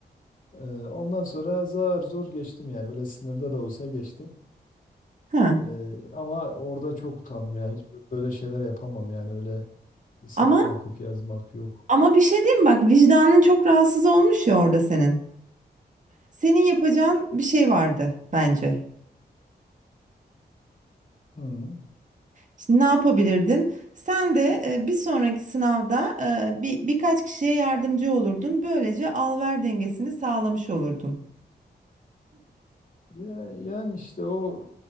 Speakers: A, on the left; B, on the right.
A: Ee, ondan sonra zar zor geçtim yani. Böyle sınırda da olsa geçtim.
B: ha.
A: Ee, ama orada çok utandım ya. Hiç böyle şeyler yapamam yani öyle sana
B: Ama
A: bakıp yazmak yok.
B: ama bir şey diyeyim mi? bak vicdanın çok rahatsız olmuş ya orada senin. Senin yapacağın bir şey vardı bence.
A: Hı.
B: Şimdi ne yapabilirdin? Sen de e, bir sonraki sınavda e, bir birkaç kişiye yardımcı olurdun. Böylece al-ver dengesini sağlamış olurdun.
A: Ya, yani işte o